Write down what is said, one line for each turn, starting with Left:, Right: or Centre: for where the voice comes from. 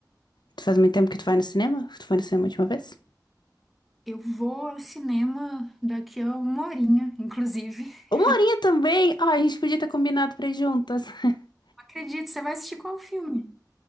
Left: tu faz muito tempo que tu vai no cinema. Tu foi no cinema a última vez?
Centre: Eu vou ao cinema daqui a uma horinha, inclusive. <laughs>
Left: Uma horinha também! Ah, a gente podia ter combinado pra ir juntas. <laughs>
Centre: Não Acredito, você vai assistir qual filme?